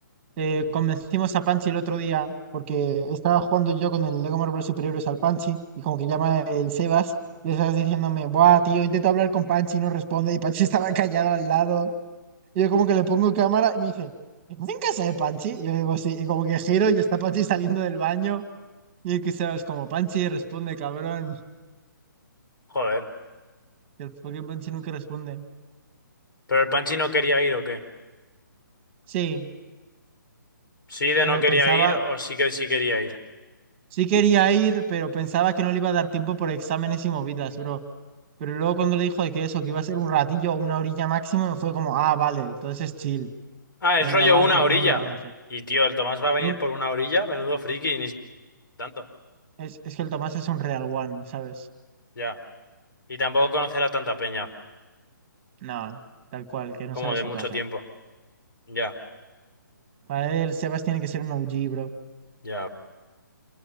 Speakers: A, on the right; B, on the left.
A: Eh, convencimos a Panchi el otro día porque estaba jugando yo con el Lego Marvel Superhéroes al Panchi y como que llama el Sebas y el Sebas diciéndome, buah, tío, intento hablar con Panchi y no responde y Panchi <laughs> estaba callado al lado. Y yo como que le pongo cámara y me dice, ¿estás en casa de Panchi? Y yo le digo, sí, y como que giro y está Panchi saliendo del baño y el que Sebas como, Panchi, responde, cabrón.
B: Joder.
A: Que El fucking Panchi nunca responde.
B: ¿Pero el Panchi no quería ir o qué?
A: Sí,
B: ¿Sí de
A: pero
B: no quería
A: pensaba,
B: ir o sí que sí quería ir?
A: sí quería ir, pero pensaba que no le iba a dar tiempo por exámenes y movidas, bro. Pero luego cuando le dijo de que eso, que iba a ser un ratillo o una orilla máximo, me fue como, ah, vale, entonces es chill.
B: Ah,
A: Venga,
B: es rollo
A: va,
B: una
A: tal
B: orilla.
A: vez lo haga. pero
B: Y tío, el Tomás va a venir
A: Un,
B: por una orilla, menudo friki, y ni tanto.
A: es, es que el Tomás es un real one, ¿sabes?
B: Ya. Y tampoco conocerá tanta peña,
A: No, tal cual, que no
B: como
A: sale
B: de
A: de su
B: mucho
A: casa.
B: tiempo. Ya,
A: Para él, Sebas tiene que ser un OG, bro.
B: ya.